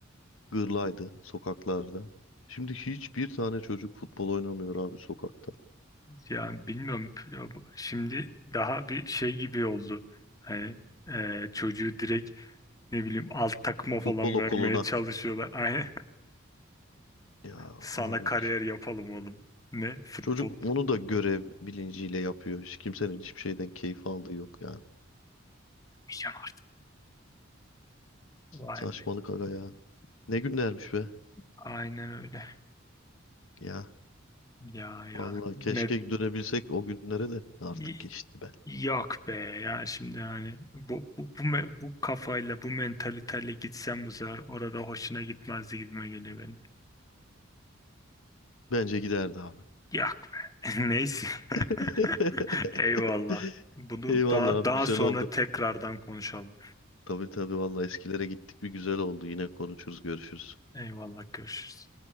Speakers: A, on the left (about 80°); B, on the left (about 15°).
A: gırlaydı sokaklarda. Şimdi hiçbir tane çocuk futbol oynamıyor abi sokakta.
B: Yani bilmiyorum. Ya bu- Şimdi daha bir şey gibi oldu. Hani e, çocuğu direkt ne bileyim alt takıma falan
A: Futbol okuluna.
B: vermeye çalışıyorlar. <laughs> Aynen.
A: Ya
B: Sana
A: abi
B: kariyer
A: ki.
B: yapalım oğlum. Ne? Futbol.
A: Çocuk onu da görev bilinciyle yapıyor. Hiç kimsenin hiçbir şeyden keyif aldığı yok yani.
B: Pijama. Vay
A: Saçmalık
B: be.
A: aga ya. Ne günlermiş be.
B: Aynen öyle.
A: Ya
B: Ya ya
A: vallahi
B: ne
A: keşke dönebilsek o günlere de artık
B: y-
A: geçti be.
B: yok be ya şimdi hani bu bu bu, me- bu kafayla bu mentaliteyle gitsem bu sefer orada hoşuna gitmezdi gibime geliyor benim.
A: Bence giderdi abi.
B: Yok be. <laughs> Neyse.
A: <laughs>
B: <laughs> Eyvallah. Bunu
A: Eyvallah
B: daha
A: abi
B: daha
A: güzel
B: sonra
A: oldu.
B: tekrardan konuşalım.
A: Tabii tabii vallahi eskilere gittik bir güzel oldu. Yine konuşuruz, görüşürüz.
B: Eyvallah görüşürüz.